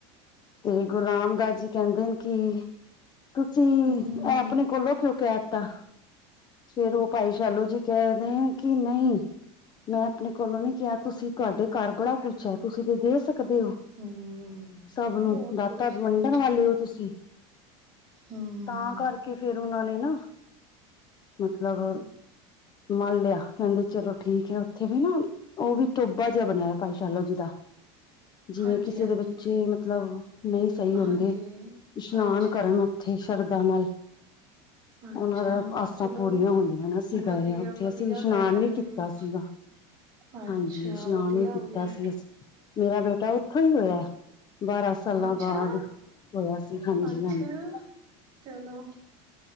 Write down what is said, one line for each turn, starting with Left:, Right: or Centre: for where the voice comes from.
Left: ਤੇ ਗੁਰੂ ਰਾਮਦਾਸ ਜੀ ਕਹਿੰਦੇ ਨੇ, ਕਿ ਤੁਸੀਂ
Right: ਹੂੰ-ਹੂੰ।
Left: ਏ ਆਪਨੇ ਕੋਲੋਂ ਕਿਉਂ ਕੇਅ ਤਾਂ ਫੇਰ ਓ ਭਾਈ ਸ਼ਾਲੋ ਜੀ ਕੇਅ ਰੇਅ ਨੇ ਕਿ ਨਈ ਮੈਂ ਆਪਨੇ ਕੋਲੋਂ ਨੀ ਕੇਆ ਤੁਸੀਂ ਤੁਹਾਡੇ ਘਰ ਬੜਾ ਕੁਛ ਏ, ਤੁਸੀਂ ਤੇ ਦੇ ਸਕਦੇ ਹੋ?
Right: ਹੂੰ,
Left: ਸਭ ਨੂੰ
Right: ਬਹੁਤ
Left: ਦਾਤਾ
Right: ਕੁਛ
Left: ਵੰਡਨ
Right: ਹੈ
Left: ਵਾਲੇ ਹੋ? ਤੁਸੀਂ
Right: ਹੂੰ।
Left: ਤਾਂ ਕਰਕੇ ਕੇ ਫੇਰ ਉਨਾ ਨੇ ਨਾ ਮਤਲਬ ਮਨ ਲੇਆ ਕਹਿੰਦੇ ਚਲੋ ਠੀਕ ਏ, ਉੱਥੇ ਵੀ ਨਾ ਓ ਵੀ ਤੋਬਾ ਜੇਹਾ ਬਨੇਆ ਹੋਆ, ਭਾਈ ਸ਼ਾਲੋ ਜੀ ਦਾ। ਜਿਵੇਂ
Right: ਹਾਂਜੀ,
Left: ਕਿਸੇ
Right: ਹਾਂਜੀ,
Left: ਦੇ ਬੱਚੇ ਮਤਲਬ ਨਈ ਸਹੀ ਹੁੰਦੇ।
Right: ਹਾਂਜੀ
Left: ਇਸ਼ਨਾਨ
Right: ਅੱਛਾ,
Left: ਕਰਨ ਉੱਥੇ ਸ਼ਰਧਾ ਨਾਲ
Right: ਅੱਛਾ
Left: ਉਨਾਂ ਦਾ ਆਸਾਂ
Right: ਚਲੋ
Left: ਪੂਰੀਆਂ ਹੁੰਦੀਆਂ ਨਾ, ਅਸੀਂ
Right: ਵਧੀਆ,
Left: ਗਏ ਆ, ਉੱਥੇ
Right: ਵਧੀਆ
Left: ਅਸੀਂ ਇਸ਼ਨਾਨ
Right: ਗੱਲ ਹੈ
Left: ਵੀ
Right: ਗਏ
Left: ਕੀਤਾ
Right: ਹੋ ਤੁਸੀਂ
Left: ਸੀਗਾ।
Right: ਅੱਛਾ
Left: ਹਾਂਜੀ, ਇਸ਼ਨਾਨ
Right: ਵਧੀਆ
Left: ਵੀ ਕੀਤਾ
Right: ਹੋ ਗਿਆ।
Left: ਸੀ। ਅਸੀ ਮੇਰਾ ਬੇਟਾ ਉਥੋਂ ਹੀ ਹੋਏਆ, ਬਾਰਾਂ ਸਾਲਾਂ
Right: ਅੱਛਾ,
Left: ਬਾਅਦ ਹੋਏਆ ਸੀ ਹਾਂਜੀ-ਹਾਂਜੀ।
Right: ਅੱਛਾ ਚਲੋ